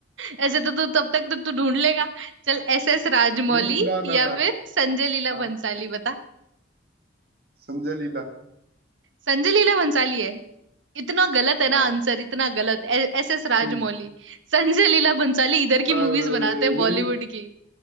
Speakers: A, on the right; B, on the right.
A: ऐसे तो तू तब तक तो तू ढूंढ लेगा चल एस एस राजमौली
B: नहीं ना ना
A: या
B: ना
A: फिर संजय लीला
B: हाँ
A: भंसाली बता
B: संजय लीला
A: संजय लीला भंसाली है इतना गलत है ना
B: हाँ
A: आंसर इतना गलत S S Rajamouli
B: हम्म।
A: संजय लीला भंसाली इधर की
B: अरे
A: मूवीज बनाते हैं
B: यही
A: बॉलीवुड की